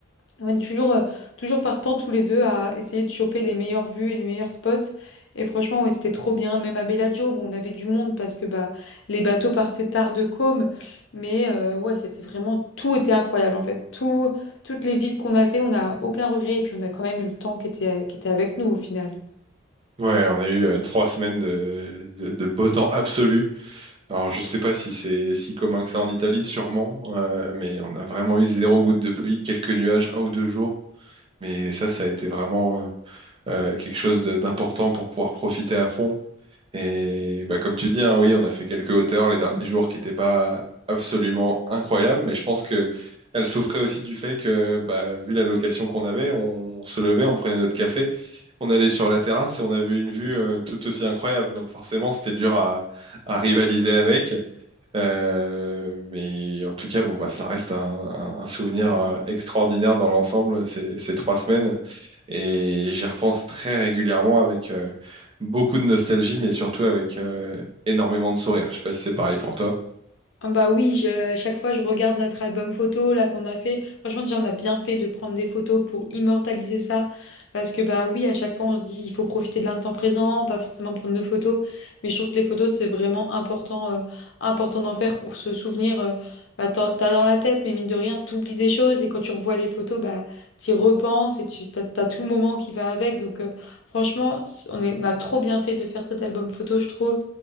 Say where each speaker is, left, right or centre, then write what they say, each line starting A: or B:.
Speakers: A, on the left; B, on the right.
A: Ouais, toujours, euh, toujours partant tous les deux à essayer de choper les meilleures vues et les meilleurs spots. Et franchement, ouais, c'était trop bien. Même à Bellagio, bon, on avait du monde parce que bah, les bateaux partaient tard de Côme. Mais euh, ouais, c'était vraiment, tout était incroyable en fait. Tout, toutes les villes qu'on a fait, on n'a aucun regret. Et puis on a quand même eu le temps qui était, qui était avec nous au final.
B: Ouais, on a eu euh, trois semaines de, de, de beau temps absolu. Alors, je sais pas si c'est si commun que ça en Italie, sûrement, euh, mais on a vraiment eu zéro goutte de pluie, quelques nuages, un ou deux jours. Mais ça, ça a été vraiment, euh, euh, quelque chose de- d'important pour pouvoir profiter à fond. Et bah, comme tu dis, hein, oui, on a fait quelques hauteurs les derniers jours qui n'étaient pas absolument incroyables, mais je pense que elles souffraient aussi du fait que, bah, vu la location qu'on avait, on se levait, on prenait notre café, on allait sur la terrasse et on avait une vue euh, tout aussi incroyable. Donc forcément, c'était dur à, à rivaliser avec. Euh, mais en tout cas, bon, bah, ça reste un, un- un souvenir euh, extraordinaire dans l'ensemble, ces, ces trois semaines. Et j'y repense très régulièrement avec euh, beaucoup de nostalgie, mais surtout avec euh, énormément de sourire. Je sais pas si c'est pareil pour toi.
A: Ah bah oui, je- à chaque fois je regarde notre album photo là qu'on a fait. Franchement, déjà on a bien fait de prendre des photos pour immortaliser ça. Parce que bah oui, à chaque fois on se dit il faut profiter de l'instant présent, pas forcément prendre de photos. Mais je trouve que les photos c'est vraiment important, euh, important d'en faire pour se souvenir. euh, bah, t'en- t'as dans la tête, mais mine de rien, t'oublies des choses. Et quand tu revois les photos, bah t'y repenses et tu t'as, t'as tout le moment qui va avec. Donc euh, franchement, on est- on a trop bien fait de faire cet album photo, je trouve.